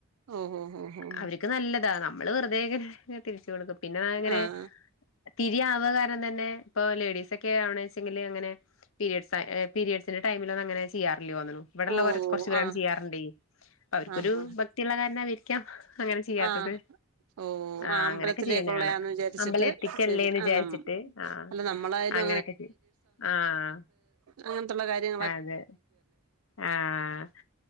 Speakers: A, on the right; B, on the left.
A: ഓഹ് ഓഹ് ഓഹ് ഓഹ്
B: അവർക്ക് നല്ലതാണ് നമ്മള് വെറുതേങ്ങനെ തിരിച്ചു കൊടുക്കും പിന്നെങ്ങനെ
A: ആഹ്
B: തിരിയാവകാരണം തന്നെ ഇപ്പൊ ലേഡീസൊക്കെ ആവണച്ചെങ്കിൽ ഇങ്ങനെ പീരീഡ്സ് പീരീഡ്സിന്റെ ടൈമിലൊന്നങ്ങനെ ചെയ്യാറില്ല്യോന്നുണു ഇവിടെള്ള
A: ഓഹ്
B: കൊറച്ച് പേരങ്ങനെ
A: ആഹ്
B: ചെയ്യാറിണ്ടേ അവർക്കൊരു
A: ആഹ് ആഹ്
B: ഭക്തിയുള്ള കാരണമായിരിക്കാം അങ്ങനെ ചെയ്യാത്തത്
A: ആഹ് ഓ
B: ആഹ്
A: അമ്പലത്തിലേക്കുള്ളയാന്ന്
B: അങ്ങനെയൊക്കെ ചെയ്യണ കാണാം
A: വിചാരിച്ചിട്ട്
B: അമ്പലത്തിക്കല്ലെന്ന്
A: ചെയ്തി
B: വിചാരിച്ചിട്ട്
A: ആഹ് നം
B: ആഹ്
A: അല്ല നമ്മളായാലും
B: അങ്ങനൊക്കെ ചെ ആഹ്
A: അങ്ങൻത്തുള്ള കാര്യം
B: അതെ ആഹ്